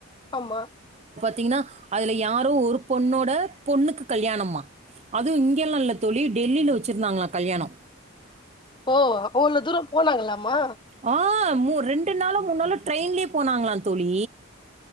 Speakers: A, on the left; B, on the right.
A: ஆமா
B: திங்னா அதுல யாரோ ஒரு பொண்ணோட பொண்ணுக்கு கல்யாணமா அது இங்கல்லா இல்ல தோழி டெல்லில வச்சிருந்தாங்களா கல்யாணொ
A: ஓ அவ்ளோ தூரொ போனாங்களாமா
B: ஆ மூ ரெண்டு நாளொ மூண் நாளொ ட்ரெயின்லயே போனாங்களா தோழி